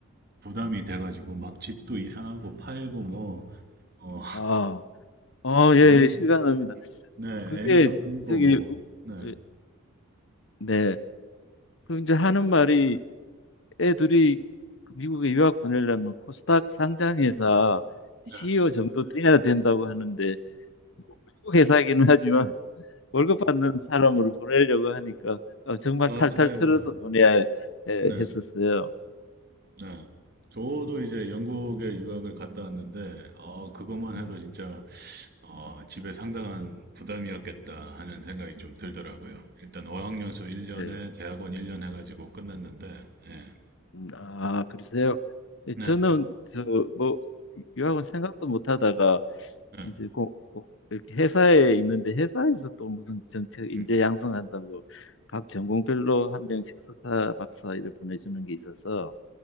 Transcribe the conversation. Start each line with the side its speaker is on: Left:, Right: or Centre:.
Right: 부담이 돼가지고 막 집도 이상하고 팔고 뭐, 어,
Left: 아, 어, 예,
Right: 엔,
Left: 예, 실감납니다.
Right: 네,
Left: 그게
Right: 엔잡 끼고
Left: 저기
Right: 뭐,
Left: 우-
Right: 네,
Left: 에, 네. 그 이제 하는 말이 애들이 그 미국에 유학 보내려면 코스닥 상장회사 CEO
Right: 네,
Left: 정도 돼야 된다고 하는데 미국 회사이긴 하지만 월급 받는 사람으로 보내려고 하니까 어, 정말
Right: 맞아요.
Left: 탈탈 털어서 보내야 에, 했었어요.
Right: 네, 네. 저도 이제 영국에 유학을 갔다 왔는데, 어, 그것만 해도
Left: 음,
Right: 진짜, 어, 집에 상당한 부담이었겠다 하는 생각이 좀 들더라고요. 일단 어학연수 1년에
Left: 예.
Right: 대학원 1년 해가지고 끝났는데, 예,
Left: 음, 아, 그러세요? 예,
Right: 네,
Left: 저는 저뭐 유학은 생각도 못 하다가
Right: 네,
Left: 이제 고, 고- 이렇게 회사에 있는데 회사에서 또 무슨 정책 인재
Right: 음,
Left: 양성한다고 각 전공별로 한 명씩 석사 박사 이렇게 보내주는 게 있어서